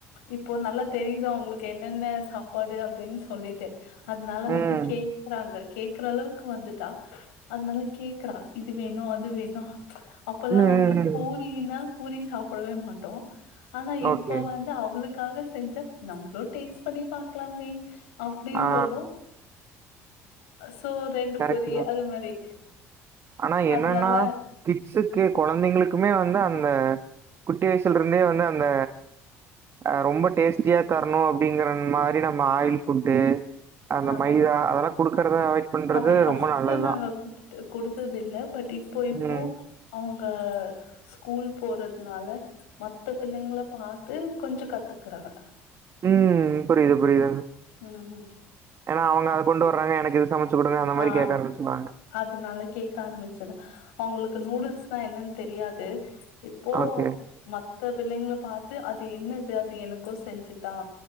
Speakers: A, on the left; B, on the right.
A: இப்போ நல்லா தெரியிதா உங்களுக் என்னென்ன சாப்பாடு அப்டின் சொல்லிட்டு அத்னால
B: ம்.
A: வந்து கேக்கறாங்க கேக்கற அளவுக்கு வந்துட்டா அத்னால கேக்கறா இது வேணு அது வேணு அப்பல்லா
B: ம், ம்,
A: வந்து
B: ம்.
A: பூரினா பூரி சாப்படவே மாட்டோ ஆனா இப்ப
B: ஓகே.
A: வந் து அவளுக்காக செஞ்சா நம்ப்ளு டேஸ்ட் பண்ணி பாக்லாமே அப்டின்
B: ஆ
A: தோணு சோ ரெண்டு
B: கரெக்ட்டு
A: பூரி
B: தான்.
A: அது மாரி
B: ஆனா என்னனா
A: அதனால
B: கிட்ஸுக் கே கொழந்தைங்களுக்குமே வந்து அந்த குட்டி வய்சுல்ருந்தே வந்து அந்த அ ரொம்போ டேஸ்ட்டியா தரணு அப்டிங்கற மாரி நம்ம ஆயில் ஃபுட்டு அந்த
A: ஆ.
B: மைதா அதலா குடுக்கறத அவாய்ட் பண்றது
A: அது ஃபஸ்ட்டு
B: ரொம்ப நல்லத்
A: நாங்க
B: தா
A: குடுத்து குடுத்தது இல்ல பட் இப்போ இப்போ
B: ம்.
A: அவங்க ஸ்கூல் போறதுனால மத்த பிள்ளைங்கள பாத்து கொஞ்ச கத்துக்குறாங்க
B: ம் புரியுது புரியுது
A: ம்
B: ஏன்னா அவங்க அத கொண்டு வர்றாங்க எனக்கு இது சமச்ச குடுங்க அந்த மாரி
A: ஆ
B: கேக்க ஆரம்பிச்சுடுவாங்க
A: அதனால கேக்க ஆரம்பிச்ச அவங்களுக்கு நூடுல்ஸ்னா என்னன்னு தெரியாது இப்போ
B: ஓகே.
A: மத்த பிள்ளைங்கள பாத்து அது என்னது அது எனக்கு செஞ்சுதா